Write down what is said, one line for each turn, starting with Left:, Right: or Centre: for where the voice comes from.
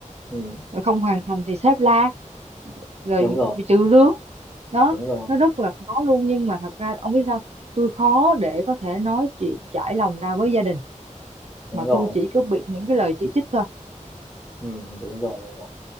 Centre: ừ
Right: Rồi không hoàn thành thì sếp la rồi
Centre: đúng rồi
Right: bị trừ lương đó
Centre: đúng rồi
Right: nó rất là khó luôn nhưng mà thật ra ông biết sao tôi khó để có thể nói chuyện trải lòng ra với gia đình
Centre: đúng
Right: mà
Centre: rồi
Right: tôi chỉ có bị những cái lời chỉ trích thôi
Centre: ừ đúng rồi đúng rồi